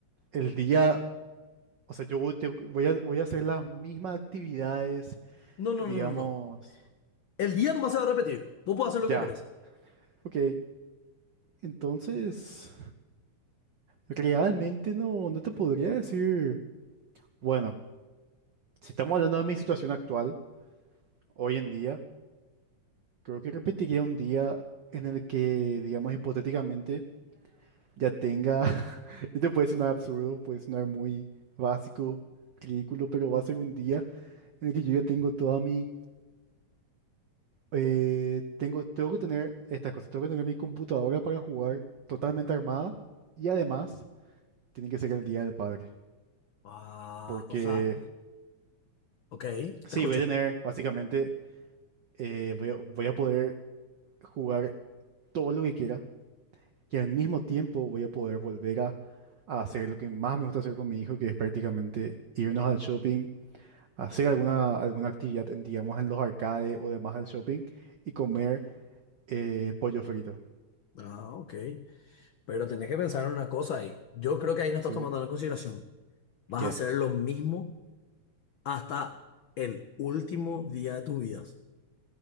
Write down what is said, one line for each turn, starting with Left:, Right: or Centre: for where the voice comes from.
Right: el día, o sea, yo voy te- voy a, voy a hacer las mismas actividades,
Left: No, no,
Right: digamos,
Left: no, no, no. El día nomás se va a repetir. Vos podés hacer lo que
Right: ya.
Left: querés.
Right: Ok, entonces, realmente no, no te podría decir. Bueno, si estamos hablando de mi situación actual, hoy en día, creo que repetiría un día en el que, digamos, hipotéticamente. ya tenga, <laughs> esto puede sonar absurdo, puede sonar muy básico, ridículo, pero va a ser un día en el que yo ya tengo toda mi, eh, tengo, tengo que tener estas cosas, tengo que tener mi computadora para jugar totalmente armada y además tiene que ser el Día del Padre,
Left: Ah,
Right: porque
Left: o sea, ok,
Right: sí,
Left: te escucho.
Right: voy a tener, básicamente, eh, voy a, voy a poder jugar todo lo que quiera y al mismo tiempo voy a poder volver a, a hacer lo que más me gusta hacer con mi hijo, que es prácticamente irnos al shopping hacer alguna, alguna actividad, en, digamos, en los arcades o demás del shopping y comer eh, pollo frito.
Left: Ah, ok. Pero tenés que pensar en una cosa ahí. Yo creo que ahí no estás
Right: Sí.
Left: tomando en consideración. Vas
Right: ¿Qué?
Left: a hacer lo mismo hasta el último día de tus vidas.